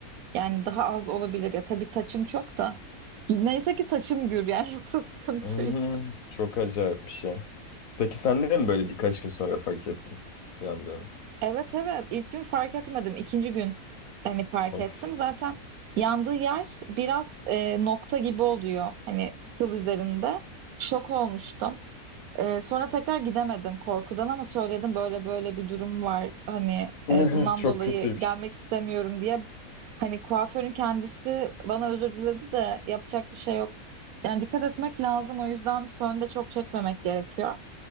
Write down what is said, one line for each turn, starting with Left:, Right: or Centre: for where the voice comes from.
Right: Yani daha az olabilir ya. Tabii saçım çok da. Neyse ki saçım gür yani <laughs> yoksa sıkıntıydı.
Left: Hmm, çok acayipmiş ya. Peki sen de mi böyle birkaç gün sonra fark ettin yandığını?
Right: Evet evet ilk gün fark etmedim. İkinci gün hani fark
Left: Of.
Right: ettim. Zaten yandığı yer biraz e, nokta gibi oluyor. Hani kıl üzerinde. Şok olmuştum. Ee, sonra tekrar gidemedim korkudan ama söyledim böyle böyle bir durum var. Hani
Left: <laughs>
Right: e, bundan
Left: Çok
Right: dolayı
Left: kötüymüş.
Right: gelmek istemiyorum diye. Hani kuaförün kendisi bana özür diledi de yapacak bir şey yok. Yani dikkat etmek lazım o yüzden fön de çok çekmemek gerekiyor.